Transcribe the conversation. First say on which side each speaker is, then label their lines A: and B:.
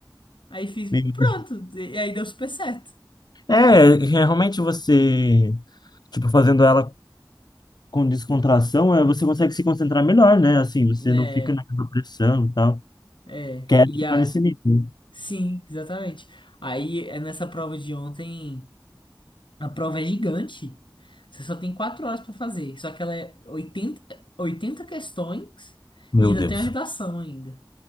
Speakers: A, on the left; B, on the left.
A: Aí fiz,
B: Meu
A: pronto,
B: Deus.
A: e aí deu super certo,
B: É, realmente você, tipo, fazendo ela com descontração, é, você consegue se concentrar melhor, né? Assim, você
A: né?
B: não fica naquela pressão e tal.
A: É,
B: Quero
A: e
B: chegar
A: a,
B: nesse nível.
A: sim, exatamente. Aí é nessa prova de ontem, a prova é gigante. Você só tem quatro horas para fazer, só que ela é oitenta oitenta questões
B: Meu
A: e ainda
B: Deus.
A: tem a redação ainda.